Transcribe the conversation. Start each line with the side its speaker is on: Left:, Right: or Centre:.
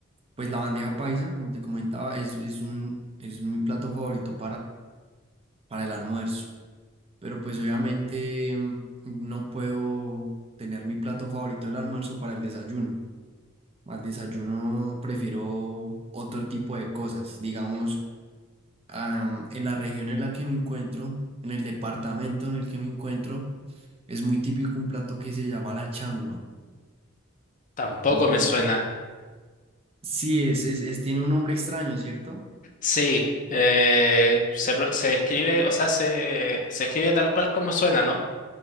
Right: pues la bandeja paisa, como te comentaba, es, es un, es mi plato favorito para el almuerzo. Pero pues obviamente mm, no puedo tener mi plato favorito del almuerzo para el desayuno. Al desayuno prefiero otro tipo de cosas. Digamos, am, en la región en la que me encuentro, en el departamento en el que me encuentro, es muy típico un plato que se llama la changua.
Left: Tampoco
Right: Entonces,
Left: me suena.
Right: sí, es, es, es- tiene un nombre extraño, ¿cierto?
Left: Sí, eh, se, pro- se escribe, o sea, se, se escribe tal cual como suena, ¿no?